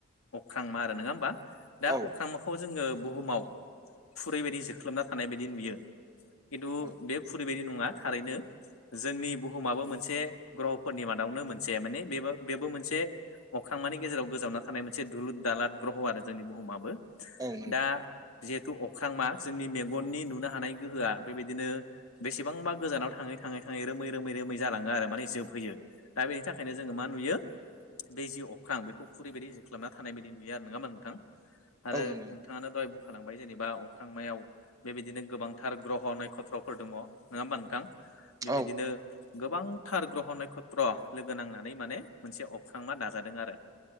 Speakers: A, on the left (about 85°); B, on the right (about 15°).
A: अख्रांमा आरो नङा होमबा। दा
B: औ
A: अख्रांमाखौ जोङो बुहुमाव खुरैबायायदि जोख्लोबना थानाय बायदि नुयो। खिन्थु
B: औ
A: बे खुरिबायदि नङा थारैनो जोंनि बुहुमाबो मोनसे ग्रहफोरनि मादावनो मोनसे माने बेबो बेबो मोनसे अख्रांमानि गेजेराव गोजावना थानाय मोनसे दुलुरद दालाद ग्रह' आरो जोंनि बुहुमाबो
B: औ नंगौ
A: दा जिहेथु अख्रांमा जोंनि मेगननि नुनो हानाय गोहोआ बेबायदिनो बेसेबांबा गोजानाव थाङै थाङै थाङै रोमै रोमै रोमै जालाङो आरो माने जोबहैयो। दा बेनि थाखायनो जोङो मा नुयो बे जि अख्रां बेखौ खुरैबायायदि जोख्लाबना थानाय बायदि नुयो आरो नङा होमबा नोंथां। आरो
B: औ नंगौ
A: नोंथाङानो दहाय बुंखालांबाय जेनेबा अख्रांमायाव बेबायदिनो गोबांथार ग्रह' नखथ्रफोर दङ नङा होमबा नोंथां बेबायदिनो
B: औ
A: गोबांथार ग्रह नखत्र लोगो नांनानै माने मोनसे अख्रांमा दाजादों आरो